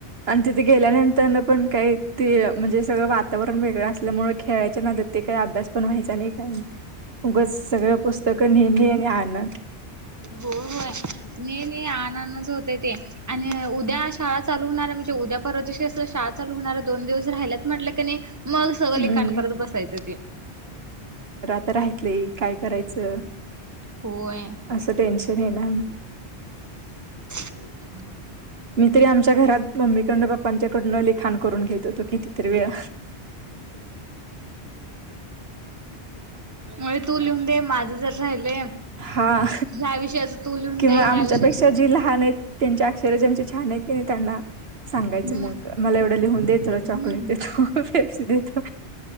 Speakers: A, on the right; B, on the right.
A: आणि तिथं गेल्यानंत तरन पण काय ते म्हणजे सगळं वातावरण वेगळं अस ल्यामुळे खेळायच्या नादात ते काही अभ्यास पण व्हायचा नाही काही नाही. उगच सगळं पुस्तकं ने ने आणि आण आण.
B: हो होय. ने ने आण आणच च होते ते. आणि उद्या शा चालू होणार. म्हणजे उद्या परवा दिवशी असं शाळा चालू होणार आहे. दोन दिवस राहिलत म्हटलं की नही मग सगळं
A: हं.
B: लेखण करत बसायचं ते.
A: राहतलं काय करायचं?
B: होय
A: असं टेन्शन येणार ना.
B: <inaudible>
A: मी तरी आमच्या घरात मम्मिकडन पप्पांच्या कडन लिखाण करून घेत होतो कितीतरी वेळा.
B: म्हणजे तू लिहून दे माझं जर राहिलय
A: हा
B: ह्या विषयाच तू लिहून
A: किंवा
B: दे
A: आमच्यापेक्षा
B: ह्या विषयाच
A: जे लहान आहेत, त्यांच्या अक्षर छान आहे की नही त्यांना सांगायचं
B: हम्म
A: मग. मला एवढ <unintelligible> देतो चॉकलेट
B: हम्म
A: देतो पेप्सी देत